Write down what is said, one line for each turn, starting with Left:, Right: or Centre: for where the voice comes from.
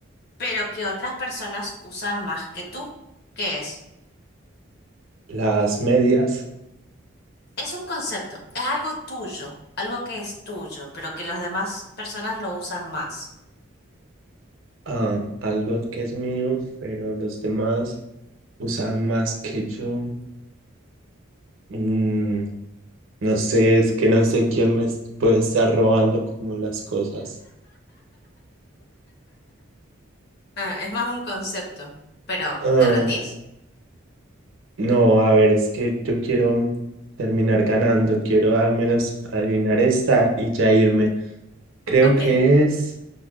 Left: pero que otras personas usan más que tú. ¿Qué es?
Right: Las medias.
Left: Es un concepto, es algo tuyo, algo que es tuyo, pero que las demás personas lo usan más.
Right: ah, algo que es mío, pero los demás usan más que yo. Mm, no sé, es que no sé quién me es- puede estar robando como las cosas.
Left: Ah, es más un concepto, pero
Right: Ah,
Left: ¿te rendís?
Right: no, a ver, es que yo quiero terminar ganando, quiero al menos adivinar esta y ya irme. Creo
Left: Ok,
Right: que es